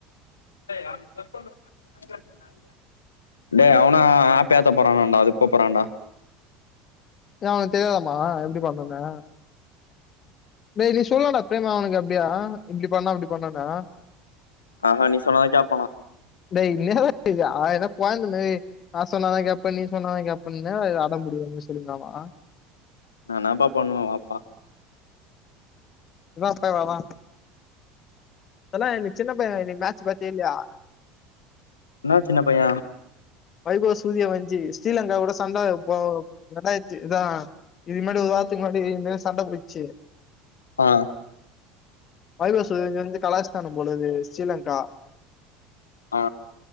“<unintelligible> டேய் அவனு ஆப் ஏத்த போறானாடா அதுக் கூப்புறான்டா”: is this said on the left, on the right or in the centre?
Left